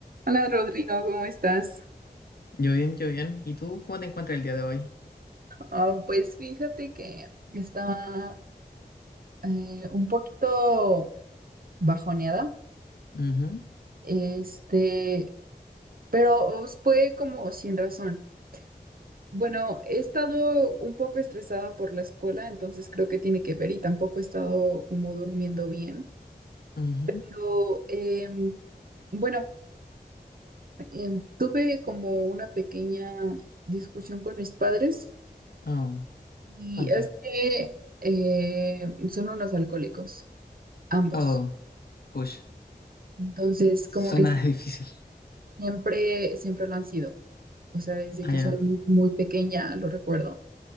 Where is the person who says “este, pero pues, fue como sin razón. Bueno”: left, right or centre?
Right